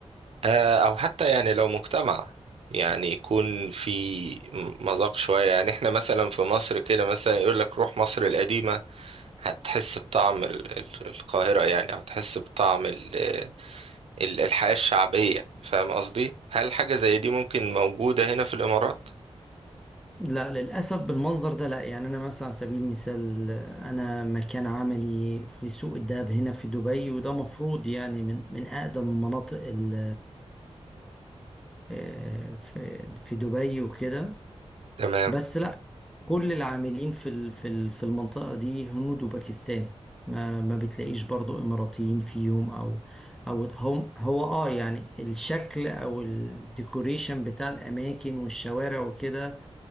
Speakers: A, on the right; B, in the centre.
A: آه، أو حتى يعني لو مجتمع يعني يكون في م- مذاق شوية يعني احنا مثلا في مصر كده مثلا يقول لك روح مصر القديمة هتحس بطعم ال- ال- القاهرة يعني أو تحس بطعم ال- ال- الحياة الشعبية فاهم قصدي؟ هل حاجة زي دي ممكن موجودة هنا في الإمارات؟
B: لا للأسف بالمنظر ده لا يعني أنا مثلا على سبيل المثال أنا مكان عملي في سوق الذهب هنا في دبي وده مفروض يعني من من أقدم المناطق ال- آه، في في دبي وكده
A: تمام
B: بس لا كل العاملين في ال- في ال- في المنطقة دي هنود وباكستاني ما ما بتلاقيش برضو إماراتيين فيهم أو أو هم هو آه يعني الشكل أو الديكوريشن بتاع الأماكن والشوارع وكده